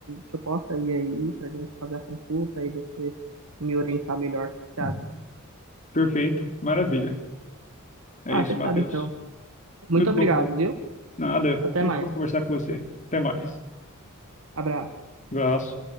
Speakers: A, on the right; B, on the left.
A: que eu possa ir aí pra gente fazer a consulta e você me orientar melhor, o que você
B: Uhum.
A: acha?
B: Perfeito, maravilha. É
A: Ah,
B: isso,
A: fechado
B: Matheus.
A: então. Muito
B: Muito
A: obrigado,
B: bom, con-
A: viu?
B: nada,
A: Até
B: muito
A: mais.
B: bom conversar com você. Até mais.
A: Abraço.
B: Abraço.